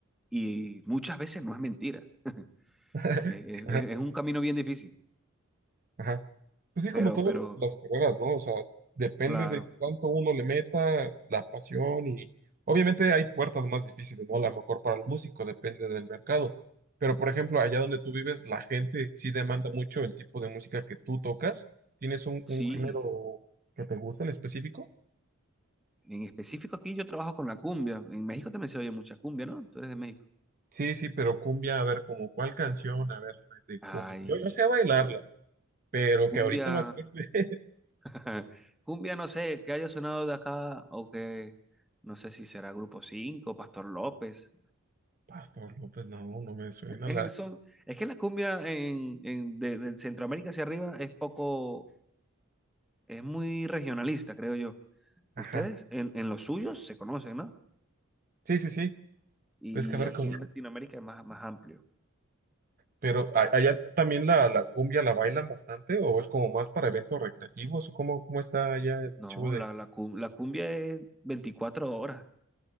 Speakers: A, in the centre; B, on the right.
A: y muchas veces no es mentira. <laughs>
B: <laughs>
A: Es, es- es un camino bien difícil,
B: Ajá. Pues sí,
A: pero,
B: como todas
A: pero,
B: las carreras, ¿no? O sea, depende
A: claro,
B: de cuánto uno le meta, la pasión y obviamente hay puertas más difíciles, ¿no? A lo mejor para el músico depende del mercado. Pero por ejemplo, allá donde tú vives, la gente sí demanda mucho el tipo de música que tú tocas. ¿Tienes un,
A: sí.
B: un género que te gusta en específico?
A: En específico aquí yo trabajo con la cumbia. En México también se oye mucha cumbia, ¿no? Tú eres de México.
B: Sí, sí, pero cumbia, a ver, como cuál canción, a ver, de
A: Ay,
B: cumbia. Yo, yo sé bailarla,
A: cu-
B: pero
A: cumbia,
B: que ahorita me acuerde. <laughs>
A: <laughs> cumbia no sé, que haya sonado de acá o que no sé si será Grupo 5, Pastor López.
B: Pastor López, no, no me suena
A: es,
B: la...
A: son- es que la cumbia en, en- de, de Centroamérica hacia arriba es poco, es muy regionalista, creo yo. Ustedes
B: Ajá.
A: en, en los suyos se conocen, ¿no?
B: Sí, sí, sí.
A: Y,
B: Es que a ver,
A: y aquí
B: cómo-
A: en Latinoamérica es más, más amplio.
B: pero ¿a- allá también la, la cumbia la bailan bastante o es como más para eventos recreativos o cómo, cómo está allá el
A: No,
B: show de...
A: la, la, cum- la cumbia es 24 horas